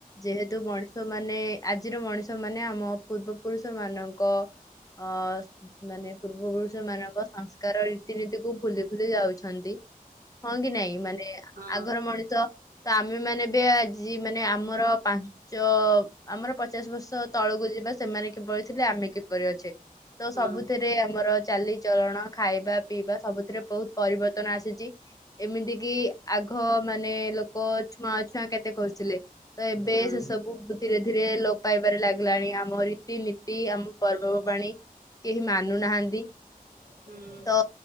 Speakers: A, on the left; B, on the right.
A: ଯେହେତୁ ମଣିଷ ମାନେ ଆଜିର ମଣିଷ ମାନେ ଆମ ପୂର୍ବ ପୁରୁଷ ମାନଙ୍କ ଅ ମାନେ ପୂର୍ବ ପୁରୁଷ ମାନଙ୍କ ସଂସ୍କାର ରୀତିନୀତି କୁ ଭୁଲି ଭୁଲି ଯାଉଛନ୍ତି। ହଁ କି ନାଇଁ? ମାନେ
B: ହଁ
A: ଆଗର ମଣିଷ ତ ଆମେ ମାନେ ବି ଆଜି ମାନେ ଆମର ପାଞ୍ଚ ଆମର ପଚାଶ ବର୍ଷ ତଳକୁ ଯିବା ସେମାନେ କିଭଳି ଥିଲେ ଆମେ କିପରି ଅଛେ। ତ
B: ହଁ
A: ସବୁଥିରେ ଆମର ଚାଲିଚଳଣ ଖାଇବା ପିଇବା ସବୁଥିରେ ବହୁତ ପରିବର୍ତ୍ତନ ଆସିଛି ଏମିତି କିି ଆଗ ମାନେ ଲୋକ ଛୁଆଁଅଛୁଆଁ କେତେ କରୁଥିଲେ ତ ଏବେ
B: ହଁ
A: ସେସବୁ ଧୀରେ ଧୀରେ ଲୋପ ପାଇବାରେ ଲାଗିଲାଣି ଆମ ରୀତିନୀତି ଆମ ପର୍ବବାଣି କେହି ମାନୁନାହାନ୍ତି
B: ହୁଁ
A: ତ